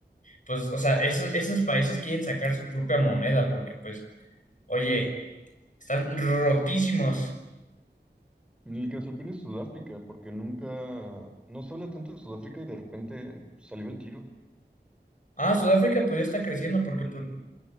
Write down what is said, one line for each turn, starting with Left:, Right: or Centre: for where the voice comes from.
Left: pues, o sea, esos, esos países quieren sacar su propia moneda porque pues, oye, están rotísimos.
Centre: El que me sorprende es Sudáfrica, porque nunca, no se habla tanto de Sudáfrica y de repente salió el tiro.
Left: Ah, Sudáfrica pues ya está creciendo porque, pues,